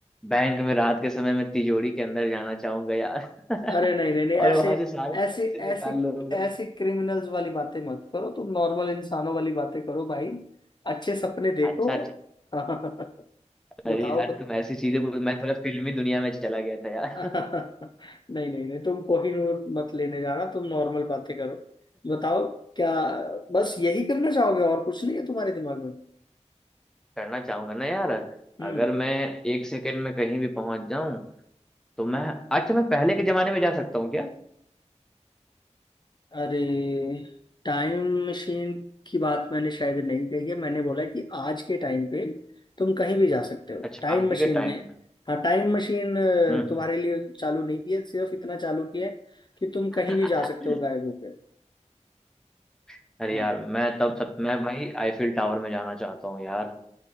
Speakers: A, in the centre; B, on the left.
A: बैंक में रात के समय में तिजोरी के अंदर जाना चाहूंगा यार <laughs>
B: अरे नहीं नहीं नहीं
A: और
B: ऐसे
A: वहां से सारे पैसे
B: ऐसे
A: निकाल
B: ऐसी
A: लूंगा
B: ऐसी क्रिमिनल्स वाली बातें मत करो तुम नॉर्मल इंसानों वाली बातें करो भाई अच्छे सपने देखो
A: अच्छा अच्छा।
B: <laughs> बताओ
A: अरे यार
B: बत...
A: तुम ऐसी चीजें बोल मैं थोड़ा फिल्मी दुनिया में चला गया था यार
B: <laughs> नहीं नहीं नहीं तुम कोहिनूर मत लेने जाना तुम नॉर्मल बातें करो बताओ क्या बस यही करना चाहोगे और कुछ नहीं है तुम्हारे दिमाग में
A: <laughs> करना चाहूंगा ना यार
B: हम्म
A: अगर मैं एक सेकंड में कहीं भी पहुंच जाऊं तो मैं अच्छा मैं पहले के जमाने में जा सकता हूँ क्या
B: अरे टाइम मशीन की बात मैंने शायद नहीं कही है मैंने बोला है कि आज के टाइम पे तुम कहीं भी जा सकते हो
A: अच्छा
B: टाइम
A: आज
B: मशीन
A: ही के टाइम
B: ने
A: में
B: हाँ टाइम मशीन
A: हम्म
B: तुम्हारे लिए चालू नहीं की है सिर्फ इतना चालू किया है कि तुम
A: हम्म।
B: कहीं भी जा सकते हो गायब होकर
A: <laughs> अरे
B: हाँ
A: यार मैं तब सब मैं भाई आईफिल टावर में जाना चाहता हूँ यार